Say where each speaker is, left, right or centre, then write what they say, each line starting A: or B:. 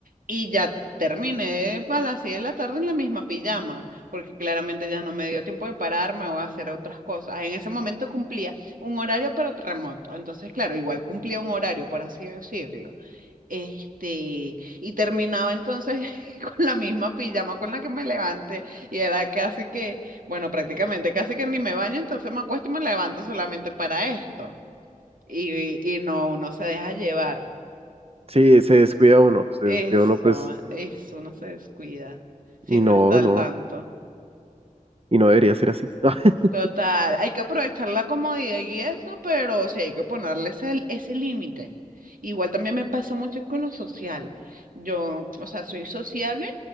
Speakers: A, on the right; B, on the right.
A: y ya terminé a las 6 de la tarde en la misma pijama, porque claramente ya no me dio tiempo de pararme o hacer otras cosas. Ah, En ese momento cumplía un horario pero remoto, entonces claro, igual cumplía un horario, por así decirlo. Este, y terminaba entonces <laughs> con la misma pijama con la que me levanté y era casi que, bueno, prácticamente casi que ni me baño, entonces me acuesto y me levanto solamente para esto. Y, y no, uno se deja llevar.
B: sí, se descuida uno, se
A: Eso,
B: descuida uno pues
A: eso, uno se descuida si
B: y
A: no
B: no,
A: está al
B: no,
A: tanto.
B: y no debería ser así. <laughs>
A: Total, hay que aprovechar la comodidad y eso, pero sí hay que ponerle ese, ese límite. Igual también me pasó mucho con lo social. Yo, o sea, soy sociable